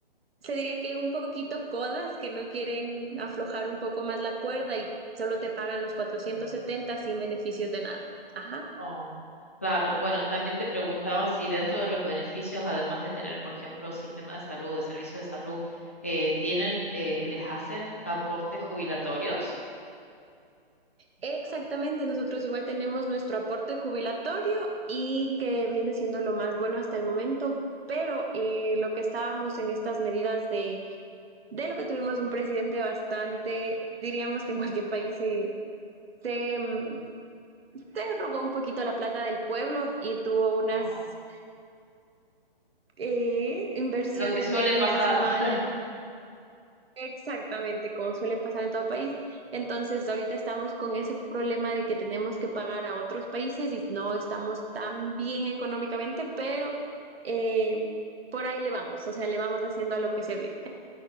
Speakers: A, on the right; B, on the left.
A: se diría que un poquito codas, que no quieren aflojar un poco más la cuerda y solo te pagan los 470 sin beneficios de nada. Ajá.
B: Oh, claro. Bueno, también te preguntaba si dentro de los beneficios, además de tener, por ejemplo, sistema de salud, de servicios de salud, eh, tienen, eh, les hacen aportes jubilatorios.
A: Exactamente, nosotros igual tenemos nuestro aporte jubilatorio y que viene siendo lo más bueno hasta el momento, pero eh, lo que estábamos en estas medidas de, de lo que tuvimos un presidente bastante, diríamos que en cualquier país se, se, mm, se robó un poquito la plata del pueblo y tuvo unas
B: Oh,
A: eh, inversiones
B: Lo que suele
A: medias
B: pasar,
A: mal
B: <laughs>
A: Exactamente, como suele pasar en todo país. Entonces, ahorita estamos con ese problema de que tenemos que pagar a otros países y no estamos tan bien económicamente, pero eh, por ahí le vamos, o sea, le vamos haciendo a lo que se dé.